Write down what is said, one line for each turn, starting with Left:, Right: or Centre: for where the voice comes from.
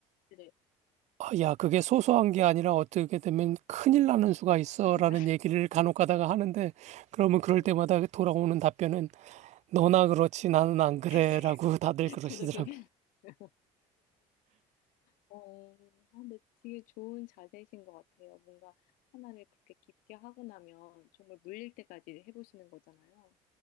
Left: 네,
Right: 아, 야, 그게 소소한 게 아니라 어떻게 되면 큰일 나는 수가 있어라는
Left: 짜증나.
Right: 얘기를 간혹 가다가 하는데 그러면 그럴
Left: 네.
Right: 때마다 돌아오는 답변은 너나 그렇지 나는 안
Left: <laughs>
Right: 그래라고
Left: 그,
Right: <laughs> 다들
Left: 그,
Right: 그러시더라고요.
Left: 저도 그, 생각- 어, 아, 근데 되게 좋은 자세이신 것 같아요. 뭔가 하나를 그렇게 깊게 하고 나면 정말 물릴 때까지 해보시는 거잖아요.